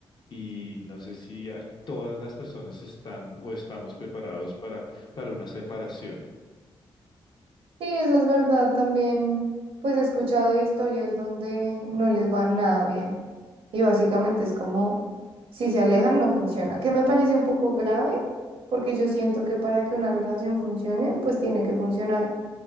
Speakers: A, on the left; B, on the right.
A: y no sé si al- todas las personas están o estamos preparados para, para una separación.
B: Sí, eso es verdad. También, pues he escuchado de historias donde no les va nada bien. Y básicamente es como, si se alejan, no funciona. Que me parece un poco grave, porque yo siento que para que una relación funcione, pues tiene que funcionar